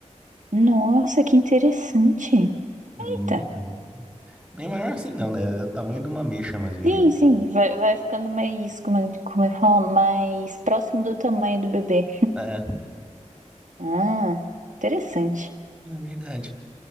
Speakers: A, on the right (about 80°); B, in the centre.
A: Nossa, que interessante.
B: É
A: Eita.
B: bem legal. Bem maior assim não, né? É o tamanho de uma ameixa, mais ou menos.
A: Sim, sim,
B: assim.
A: vai, vai ficando mais, como, é- como eu falo, mais próximo do tamanho do bebê.
B: É,
A: Ah, interessante.
B: é verdade.